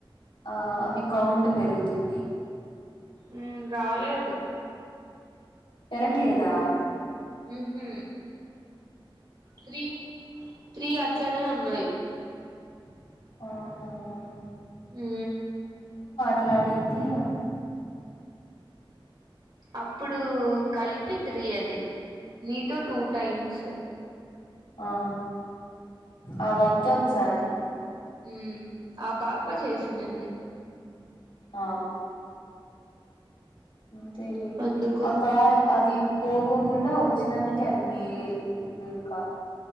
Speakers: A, on the left; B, on the right.
A: ఆ అవి కౌంట్ పెరుగుతుంది
B: ఉమ్ రాలేదు
A: పెరగలేదా
B: ఉహు త్రీ త్రీ అట్లనే ఉన్నాయ్
A: అవునవ్
B: హు
A: ట్లాడిందియా
B: అప్పుడూ కలిప్ పిత్రియది నీతొ టూ టైమ్స్
A: ఆ ఆ బాబ్తొ ఒక్సారి
B: ఉమ్ ఆ పాప చెసినింది
A: ఆ ఆంథెలే
B: అందుకు
A: ఆ కల్ అది పోకోకుండా వచ్చినందునికే అది మేలే నీకు ఇంకా